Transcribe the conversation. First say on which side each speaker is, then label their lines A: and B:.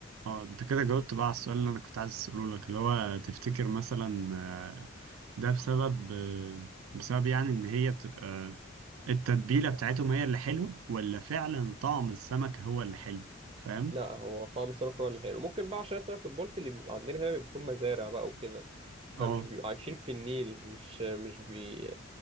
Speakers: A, on the right (about 85°); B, on the right (about 25°).
A: اه انت كده جاوبت بقى على السؤال اللي انا كنت عايز اساله لك اللي هو تفتكر مثلا آه، ده بسبب آه، بسبب يعني ان هي بتبقى التتبيلة بتاعتهم هي اللي حلوة ولا فعلا طعم السمك هو اللي حلو فاهم
B: لا هو طعم السمك هو اللي حلو ممكن بقى عشان السمك البلطي اللي بيبقى عندنا هنا بيكون مزارع بقى وكده
A: اه
B: فمش بيبقوا عايشين في النيل مش مش بي